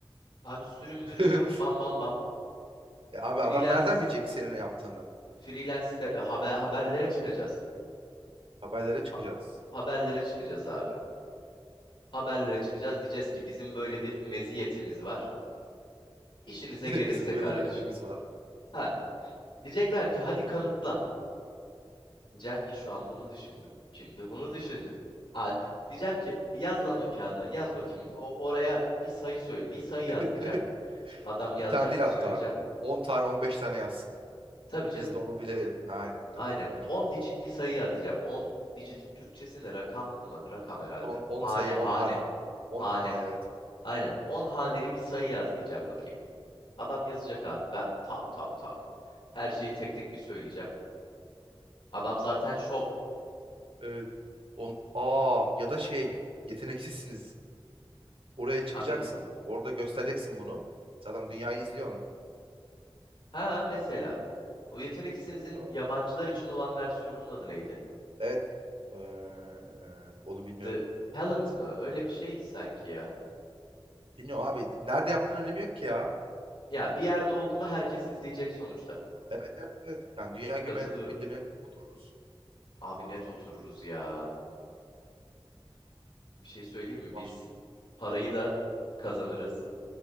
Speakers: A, on the left; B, on the right.
A: Abi sürüm mürüm
B: <laughs>
A: yok, bam bam bam.
B: E abi
A: Freelance,
B: adam nereden bilecek senin ne yaptığını?
A: freelance de- e, haber, haberlere çıkacağız.
B: Haberlere çıkacağız.
A: Ha- haberlere çıkacağız abi. Haberlere çıkacağız.
B: <laughs>
A: Diyeceğiz ki bizim böyle bir meziyetimiz var. İşinize gelirse
B: Bizim böyle
A: kardeşim.
B: bir gücümüz var.
A: Ha Diyecekler ki hadi kanıtla. Diyeceğim ki şu an bunu düşündüm. Şimdi bunu düşündüm. Al, Diyeceğim ki yaz lan o kağıda. Yaz bakayım. O, oraya bir sayı söyle. Bir sayı
B: <laughs>
A: yaz diyeceğim. Adam yazacak
B: Bir tane değil
A: bir
B: hatta.
A: söyleyeceğim.
B: on tane 15 tane yazsın.
A: Tabii canım.
B: Biz de onu bilelim. Aynen takır
A: Aynen.
B: takır.
A: 10 digit bir sayı yaz diyeceğim. 10 digitin Türkçesi ne? Rakam mı? Rakam herhalde.
B: Son on
A: Hane,
B: sayı
A: hane,
B: 10 harf. On
A: hane.
B: hane evet.
A: Aynen. 10 haneli bir sayı yaz diyeceğim bakayım. Adam yazacak abi. Ben tak tak tak. Her şeyi tek tek bir söyleyeceğim. Adam zaten şok.
B: Evet. 10 aa ya da şey yeteneksizsiniz. Oraya çıkacaksın.
A: Abi
B: Orada göstereceksin bunu. Zaten dünyayı izliyor onu.
A: Ha mesela. O Yetenek İşinizin
B: Değil mi?
A: yabancılar için olan versiyonunun adı neydi?
B: Evet. Eee, onu bilmiyorum.
A: The Talent mı? Öyle bir şeydi sanki ya.
B: Bilmiyorum abi. Nerede yaptığın önemi yok ki ya.
A: Ya bir yerde oldu mu herkes izleyecek sonuçta.
B: Evet evet evet. Yani dünya güme,
A: Katılıyorum.
B: gündemine otururuz.
A: Abi net otururuz ya. Bir şey söyleyeyim mi?
B: Baş,
A: Biz parayı da kazanırız.